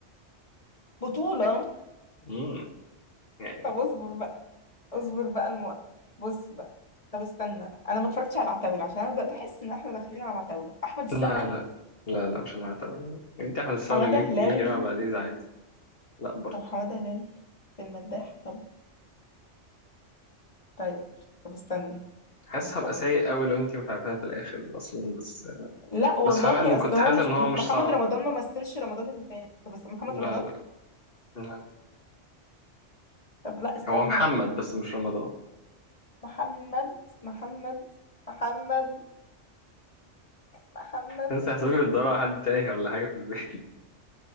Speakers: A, on the left; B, on the left.
A: بطوله
B: امم يعني
A: طب اصبر بقى اصبر بقى الموقف بص بقى طب استنى انا ما اتفرجتش على العتاوله عشان انا بدات احس ان احنا داخلين على عتاوله احمد السقا
B: لا لا لا لا مش أنا هعتبر يعني دي أحمد السقا
A: حماده
B: ولا جيل
A: هلال
B: جيل كريم عبد العزيز عادي لا برضه
A: طب حمادة هلال في المداح طب طيب طب استني
B: حاسس
A: طب استني
B: هبقى سيء قوي لو أنت مش عارفاها في الآخر أصلا بس
A: لا والله
B: بس فعلا
A: اصل
B: كنت
A: هو
B: حاسس
A: مش
B: إن هو
A: م-
B: مش
A: محمد
B: صعب
A: رمضان ما مثلش رمضان اللي فات طب است- محمد
B: لا
A: رمضان
B: لا لا
A: طب لا استنى
B: هو محمد
A: بقى
B: بس مش رمضان
A: محمد محمد محمد محمد
B: بس هحسبك
A: <laughs>
B: بتدور على حد تايه ولا حاجة في البيت